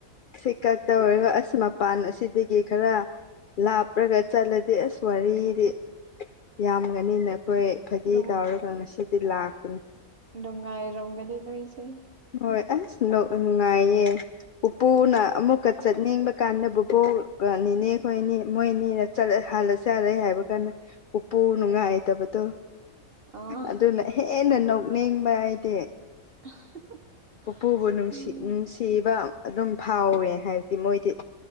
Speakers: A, on the left; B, on the right.
A: ꯁꯤ ꯀꯛꯇ ꯑꯣꯏꯔꯒ ꯑꯁ ꯃꯄꯥꯟ ꯑꯁꯤꯗꯒꯤ ꯈꯔ ꯂꯥꯞꯄꯔꯒ ꯆꯠꯂꯗꯤ ꯑꯁ ꯋꯥꯔꯤꯗꯤ ꯌꯥꯝꯒꯅꯤꯅ ꯑꯩꯈꯣꯏ ꯐꯥꯒꯤ
B: ꯅꯨꯡ
A: ꯇꯧꯔꯒ ꯉꯁꯤꯗꯤ ꯂꯥꯛꯄꯅꯤ
B: ꯅꯨꯡꯉꯥꯏꯔꯝꯒꯗꯤ ꯅ‌ꯣꯏꯁꯦ
A: ꯍꯣꯏ ꯑꯁ ꯅꯨꯡꯉꯥꯏꯌꯦ ꯄꯨꯄꯨꯅ ꯑꯃꯨꯛꯀ ꯆꯠꯅꯤꯡꯕ ꯀꯥꯟꯗ ꯕꯨꯄꯣꯛ ꯅꯤꯅꯦ ꯈꯣꯏꯅꯤ ꯃꯣꯏꯅꯤꯅꯠꯂ ꯍꯜꯂꯁꯤ ꯍꯜꯂꯦ ꯍꯥꯏꯕ ꯀꯥꯟꯗ ꯎꯄꯨ ꯅꯨꯡꯉꯥꯏꯇꯕꯗꯣ
B: ꯑꯣ
A: ꯑꯗꯨꯅ ꯍꯦꯟꯅ ꯅꯣꯛꯅꯤꯡꯕ ꯍꯥꯏꯗꯤ
B: <unintelligible>
A: ꯄꯨꯄꯨꯕꯨ ꯅꯨꯡꯁꯤ
B: ꯎꯝ
A: ꯅꯨꯡꯁꯤꯕ ꯑꯗꯨꯝ ꯐꯥꯎꯋꯦ ꯍꯥꯏꯕꯗꯤ ꯃꯣꯏꯗꯤ